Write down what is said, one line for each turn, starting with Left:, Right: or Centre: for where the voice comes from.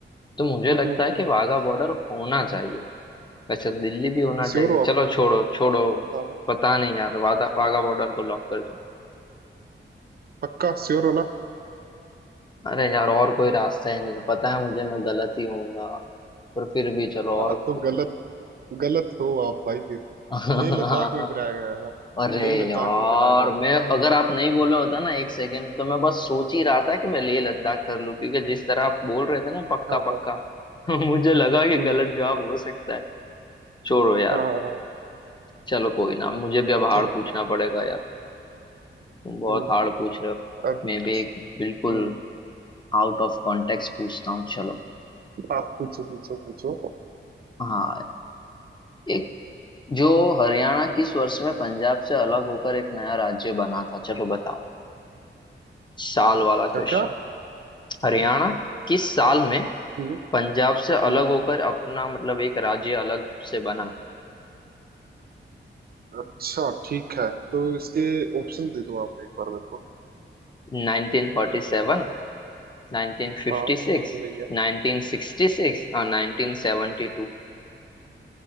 Left: तो मुझे
Right: हम्म
Left: लगता है कि वाघा बॉर्डर होना चाहिए वैसे तो दिल्ली भी होना चाहिए
Right: श्योर हो आप
Left: चलो छोड़ो छोड़ो
Right: हाँ हाँ,
Left: पता नहीं यार वादा वाघा बॉर्डर को लॉक कर दो
Right: पक्का श्योर हो ना
Left: अरे यार और कोई रास्ता ही नहीं है पता है मुझे मैं गलत ही होऊंगा पर फिर भी चलो
Right: हाँ
Left: और
Right: तो
Left: कोई-
Right: गलत गलत हो आप भाई फिर
Left: <laughs>
Right: लेह लद्दाख में फिराया गया था
Left: अरे
Right: लेह लद्दाख
Left: यार
Right: में कराया गया था
Left: मैं अगर आप नहीं बोले होता ना एक सेकंड तो मैं बस सोच ही रहा था कि मैं लेह लद्दाख कर लूं क्योंकि जिस तरह आप बोल रहे थे ना पक्का
Right: हाँ
Left: पक्का
Right: हाँ
Left: <laughs> मुझे लगा कि
Right: हम्म
Left: गलत जवाब हो सकता है छोड़ो यार
Right: हाँ हाँ हाँ
Left: चलो कोई ना मुझे भी अब हार्ड
Right: चलो
Left: पूछना पड़ेगा यार तुम बहुत
Right: हम्म
Left: हार्ड पूछ रहे हो
Right: अब
Left: मैं भी एक बिल्कुल
Right: हम्म
Left: आउट ऑफ कॉन्टेक्स्ट पूछता हूँ चलो
Right: आप पूछो पूछो पूछो
Left: हाँ एक जो हरियाणा किस वर्ष में पंजाब से अलग होकर एक नया राज्य बना था चलो बताओ साल वाला क्वेश्चन
Right: क्या क्या
Left: हरियाणा किस साल में
Right: हम्म
Left: पंजाब से अलग
Right: हम्म
Left: होकर अपना मतलब एक राज्य अलग से बना
Right: अच्छा ठीक है तो इसके ऑप्शन दे दो आप एक बार मेरे को
Left: 1947 1956
Right: हाँ ये तो नहीं है
Left: 1966 और 1972